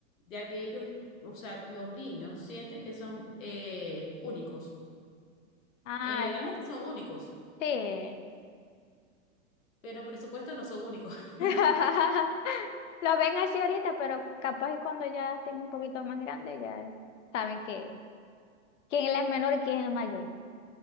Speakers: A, on the left; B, on the left.
A: ya que ellos, o sea, los niños sienten que son eh, únicos.
B: Ah,
A: Eh, legalmente
B: ya.
A: son únicos,
B: Sí.
A: pero en presupuesto no son únicos.
B: <laughs>
A: <laughs>
B: Lo ven así ahorita, pero capaz y cuando ya estén un poquito más grandes, ya saben que quién es el menor y quién es el mayor.